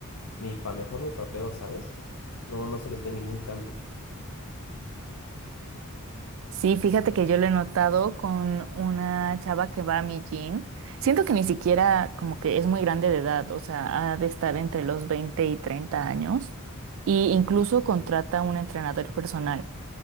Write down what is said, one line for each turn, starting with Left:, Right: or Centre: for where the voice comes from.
Left: ni para mejor ni para peor, ¿sabes? No, no se les ve ningún cambio.
Right: Sí, fíjate que yo lo he notado con una chava que va a mi gym. Siento que ni siquiera como que es muy grande de edad, o sea, ha de estar entre los 20 y 30 años, y incluso contrata un entrenador personal.